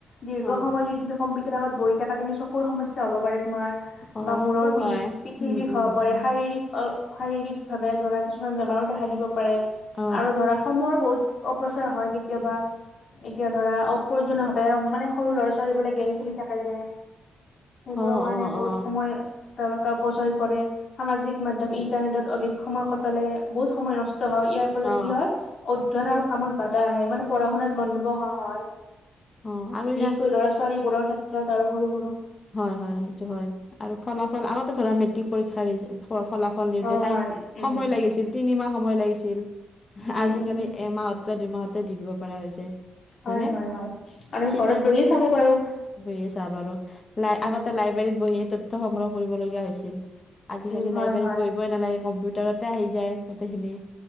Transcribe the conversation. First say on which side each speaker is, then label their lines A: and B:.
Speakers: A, on the left; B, on the left.
A: ৰ্দীঘ
B: অ
A: সময় যদি তুমি কম্পি টাৰত বহি থাকা তুমি চকুৰ সমস্যা হ'ব পাৰে তোমাৰ
B: অ
A: বা মূৰৰ
B: সেইটো
A: বিষ,
B: হয়
A: পিঠিৰ
B: উম
A: বিষ
B: উম
A: হ'ব
B: উম
A: পাৰে। শাৰীৰিক অ শাৰীৰিক ভাৱে ধৰা কিছুমান বেমাৰো দেখা দিব পাৰে
B: অ
A: আৰু ধৰা সময়ৰ বহুত অপচয় হয় কেতিয়াবা। এতিয়া ধৰা অপ্ৰয়োজনীয়ভাৱে মানে, সৰু ল'ৰা- ছোৱালী বোৰে গেম খেলি থাক কে যে এইবোৰৰ
B: অ অ অ
A: কাৰণে বহুত
B: অ
A: সময় তেওঁলোকে অপচয় কৰে। সামাজিক মাধ্যম ইন্টাৰনেটত অধিক সময় কটালে বহুত সময় নষ্ট হয়। ইয়াৰ ফলত
B: অ
A: কি হয় অ ন আৰু কামত বাধা আহে মানে পঢ়া শুনাত মন নবহা হয়।
B: অ অ আৰু
A: বিশেষকৈ
B: ইয়াত
A: ল'ৰা ছোৱালী বোৰৰ ক্ষেত্ৰত আৰু সৰু সৰু
B: হয় হয় সেইটো হয় আৰু ফলাফল। আগতে ধৰা মেট্ৰিক পৰীক্ষাৰ ৰিজ ফলাফল দিওতে
A: হয়
B: টাইম-সময়
A: হয় উম
B: লাগিছিল তিনিমাহ সময় লাগিছিল।
A: উম
B: আজিকালি
A: উম উম
B: এমাহৰ মাত্ৰ দুমাহতে দি দিব পৰা হৈছে।
A: হয়
B: হয়নে?
A: হয় হয় আৰু আমি
B: চিঠি
A: ঘৰত বহিয়ে চাব পাৰো।
B: বহিয়ে চাব পাৰো লাই
A: উম
B: আগতে লাইব্ৰেৰীত বহিয়ে তথ্য সংগ্ৰহ কৰিবলগীয়া হৈছিল। আজিকালি
A: উম হয়
B: লাইব্ৰেৰীত
A: হয়
B: পঢ়িবই নালাগে কম্পিউটাৰতে আহি যায় গোটেইখিনি